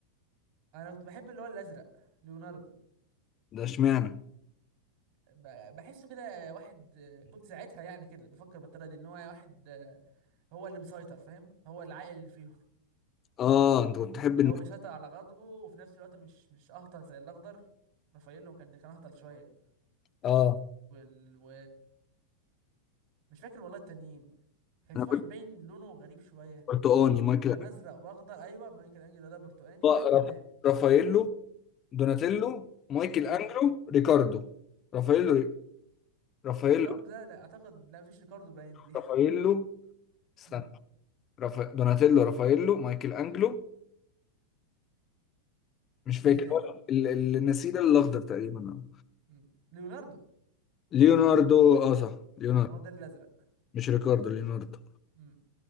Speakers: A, on the right; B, on the left.
A: انا كنت بحب اللي هو الازرق ليوناردو
B: ده اشمعنى
A: ب- بحسه كده واحد آه، كنت ساعتها يعني كده بفكر بالطريقه دي ان هو واحد آه، هو اللي مسيطر فاهم هو العاقل اللي فيهم
B: اه انت كنت تحب
A: اللي
B: الناس
A: هو بيسيطر على غضبه وفي نفس الوقت مش مش اهطل زي الاخضر رافاييلو كان كان اهطل شويه
B: اه
A: وال و... مش فاكر والله التانيين كان
B: انا
A: في
B: كنت
A: واحد باين لونه غريب شويه
B: برتقاني مايكل
A: وكان
B: أنجلو.
A: ازرق واخضر ايوه مايكل انجلو ده برتقاني
B: آه،
A: في واحد كمان
B: راف- رافاييلو دوناتيلو مايكل
A: امم
B: انجلو ريكاردو رافاييلو رافاييلو
A: ريكاردو ده لا اعتقد لا مفيش ريكاردو باين دي
B: رافاييلو استنى
A: <laughs> امم
B: رافا... دوناتيلو رافاييلو مايكل انجلو مش فاكر
A: مين تاني
B: هو ال- ال- النسيج الاخضر تقريبا آه.
A: امم ليوناردو
B: ليوناردو اه صح ليوناردو
A: اه هو ده الازرق
B: مش ريكاردو ليوناردو
A: امم